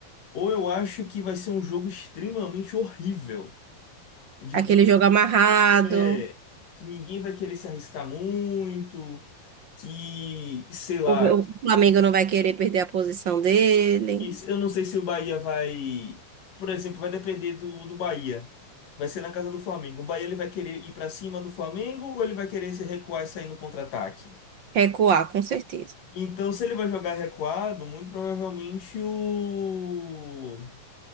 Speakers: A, on the left; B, on the right.
A: Ou eu acho que vai ser um jogo extremamente horrível, de
B: Aquele
A: du-
B: jogo amarrado.
A: é, que ninguém vai querer se arriscar muito que, sei lá,
B: O, o Flamengo não vai querer perder a posição dele.
A: isso- eu não sei se o Bahia vai, por exemplo, vai depender do, do Bahia. Vai ser na casa do Flamengo. O Bahia ele vai querer ir pra cima do Flamengo ou ele vai querer se recuar e sair no contra-ataque?
B: Recuar, com certeza.
A: Então, se ele vai jogar recuado, muito provavelmente o